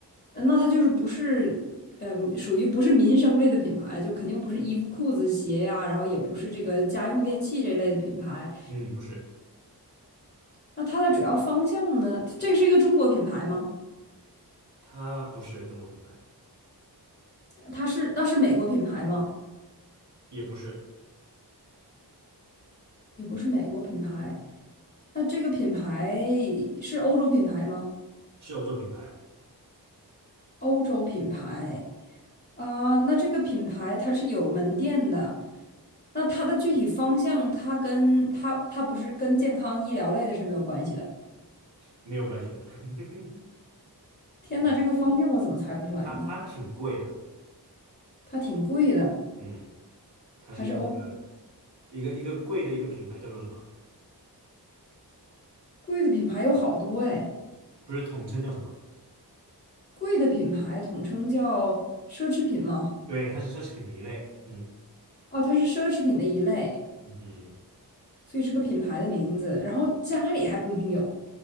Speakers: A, on the left (about 25°); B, on the right (about 85°).
A: 呃那它就是不是，嗯、属于不是民生类的品牌，就肯定不是衣服、裤子、鞋呀、然后也不是这个家用电器这类的品牌。
B: 嗯，不是，
A: 那它的主要方向呢？这个是一个中国品牌吗？
B: 它不是中国品牌。
A: 它是，那是美国品牌吗？
B: 也不是，
A: 也不是美国品牌。那这个品牌是欧洲品牌吗？
B: 是有做品牌，
A: 欧洲品牌啊、那这个品牌它是有门店的。那它的具体方向，它跟它它不是跟健康医疗类的是没有关系的。
B: 没有关系的。<laughs>
A: 天呐，
B: 嗯
A: 这个方向我怎么猜不出来呢？
B: 它它挺贵的，
A: 它挺贵的，
B: 嗯，它是一个
A: 还是欧
B: 一个一个贵的一个品牌，叫做什么？
A: 贵的品牌有好多哎，
B: 不是统称叫什么？
A: 贵的品牌统称叫奢侈品吗？
B: 对，它是奢侈品的一类，嗯
A: 哦，它是奢侈品的一类，
B: 嗯哼，
A: 所以是个品牌的名字。然后家里还不一定有，
B: 对